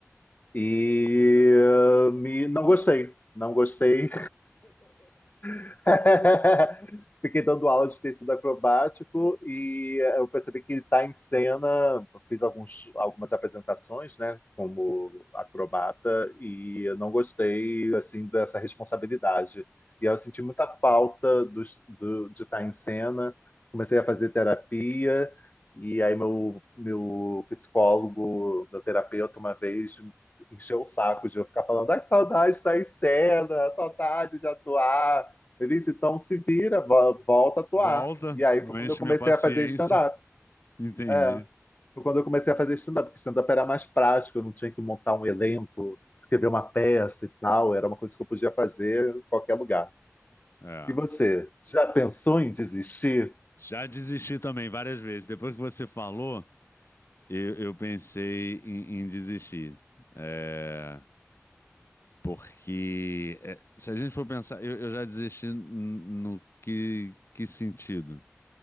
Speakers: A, on the left; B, on the left.
A: e eh, me, não gostei, não gostei <laughs> Fiquei dando aula de tecido acrobático e eu percebi que está em cena. Fiz alguns, algumas apresentações, né, como acrobata, e eu não gostei assim dessa responsabilidade. E eu senti muita falta dos- do- de estar em cena. Comecei a fazer terapia, e aí meu, meu psicólogo, meu terapeuta, uma vez encheu o saco de eu ficar falando, ai, que saudade de estar em cena, saudade de atuar. Ele disse, então se vira, vo- volta a atuar.
B: Volta,
A: E aí
B: não
A: foi quando
B: enche
A: eu comecei
B: minha paciência.
A: a fazer stand-up.
B: Entendi.
A: É, foi quando eu comecei a fazer stand-up, porque stand-up era mais prático, eu não tinha que montar um elenco, escrever uma peça e tal, era uma coisa que eu podia fazer em qualquer lugar.
B: É.
A: E você, já pensou em desistir?
B: Já desisti também várias vezes. Depois que você falou, eu, eu pensei em, em desistir. É, Porque é, se a gente for pensar, eu, eu já desisti n- no que, que sentido?